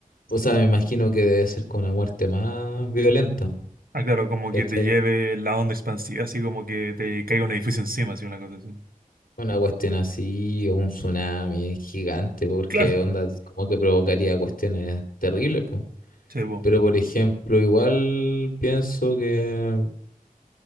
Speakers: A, on the left; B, on the right.
A: O sea, me imagino que debe ser con una muerte más violenta,
B: Ah, claro, como
A: ¿cachai?
B: que te lleve la onda expansiva, así como que te caiga un edificio encima, así una cosa así.
A: Una cuestión así, o un tsunami gigante, porque
B: Claro,
A: onda como que provocaría cuestiones terribles, po.
B: sí, po.
A: Pero por ejemplo, igual pienso que